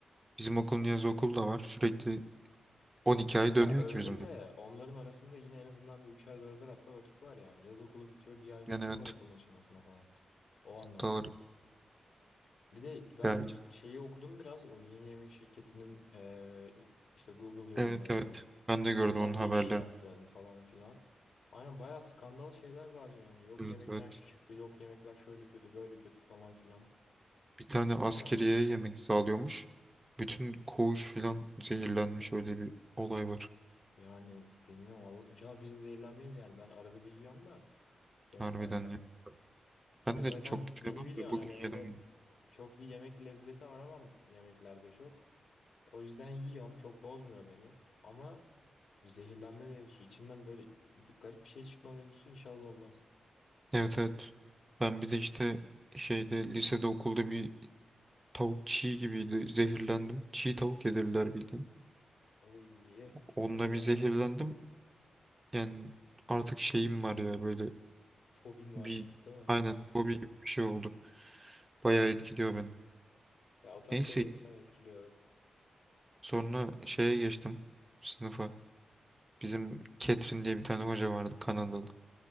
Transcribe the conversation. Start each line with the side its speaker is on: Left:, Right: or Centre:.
Right: Bizim okulun yaz okulu da var. Sürekli 12 ay
Left: Ya
Right: dönüyor
Left: öyle
Right: ki bizim.
Left: de onların arasında yine en azından bir üçer dörder hafta vakit var yani. Yaz okulu bitiyor bir ay vakit
Right: Yani evet
Left: var okulun açılmasına falan. O anlamda.
Right: doğru.
Left: Bir de ben
Right: Yani
Left: şeyi okudum biraz o yeni yemek şirketinin eee, işte Google yorumlarını
Right: evet evet. Ben de
Left: nerelerde
Right: gördüm onun haberlerini.
Left: iş yaptığını falan filan. Aynen bayağı skandal şeyler var yani. Yok
Right: Evet
Left: yemekten
Right: evet.
Left: şu çıktı, yok yemekler şöyle kötü, böyle kötü falan filan.
Right: Bir tane askeriye
Left: Bilmiyorum.
Right: yemek sağlıyormuş. Bütün koğuş filan zehirlenmiş öyle bir olay var.
Left: Yani bilmiyorum Allah inşallah biz de zehirlenmeyiz yani. Ben arada bir yiyorum da yemekhaneden.
Right: Harbiden ya. Ben
Left: Ya
Right: de
Left: zaten
Right: çok
Left: beni
Right: yemem
Left: biliyorsun
Right: de bugün
Left: hani
Right: yedim.
Left: öyle çok bir yemek lezzeti aramam yemeklerde çok. O yüzden yiyorum. Çok bozmuyor beni. Ama zehirlenme mevzusu içinden böyle bir garip bir şey çıkma mevzusu inşallah olmaz.
Right: Evet evet. Ben bir de işte şeyde lisede okulda bir tavuk çiğ gibiydi. Zehirlendim. Çiğ tavuk yedirdiler bildiğin.
Left: Oy çok
Right: Onunla
Left: kötü
Right: bir
Left: ya.
Right: zehirlendim. Yani artık şeyim var ya böyle
Left: Fobin var
Right: Bir
Left: değil mi?
Right: aynen hobi gibi bir şey oldu. Bayağı etkiliyor beni.
Left: Ya o tarz
Right: Neyse
Left: şeyler insanı etkiliyor evet.
Right: sonra şeye geçtim sınıfa. Bizim Ketrin diye bir tane hoca vardı Kanadalı.